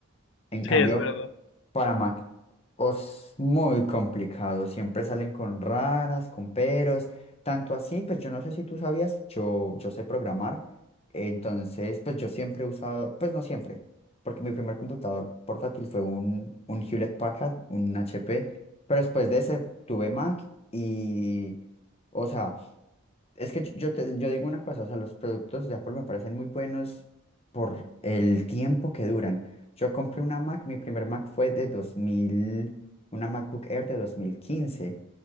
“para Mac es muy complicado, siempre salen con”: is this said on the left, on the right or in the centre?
Left